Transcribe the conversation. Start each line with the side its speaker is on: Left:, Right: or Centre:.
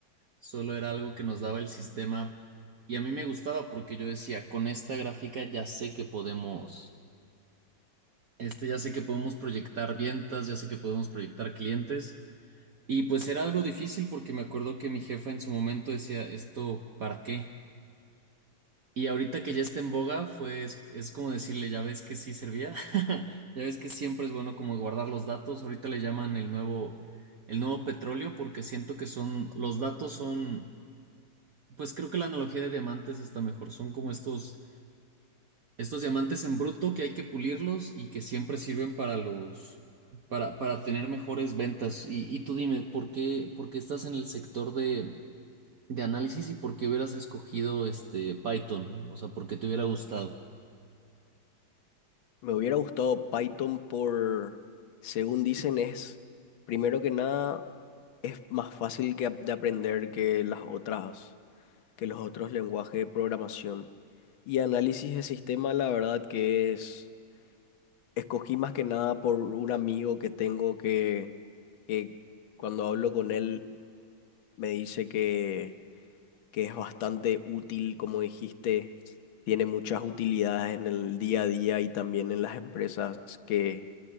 Right: solo era algo que nos daba el sistema y a mí me gustaba porque yo decía, con esta gráfica ya sé que podemos, este ya sé que podemos proyectar ventas, ya sé que podemos proyectar clientes. Y pues era algo difícil porque me acuerdo que mi jefa en su momento decía, ¿esto para qué? Y ahorita que ya está en boga, fue, es, es como decirle, ya ves que sí servía, <laughs> ya ves que siempre es bueno como guardar los datos, ahorita le llaman el nuevo, el nuevo petróleo, porque siento que son, los datos son, pues creo que la analogía de diamantes está mejor, son como estos, estos diamantes en bruto que hay que pulirlos y que siempre sirven para los, para, para tener mejores ventas. Y, y tú dime, ¿por qué, por qué estás en el sector de, de análisis y por qué hubieras escogido este Python? O sea, ¿por qué te hubiera gustado?
Left: Me hubiera gustado Python por, según dicen, es, primero que nada, es más fácil que, ap- de aprender que las otras, que los otros lenguajes de programación. Y análisis de sistema, la verdad que es escogí más que nada por un amigo que tengo que, que cuando hablo con él me dice que, que es bastante útil, como dijiste, tiene muchas utilidades en el día a día y también en las empresas que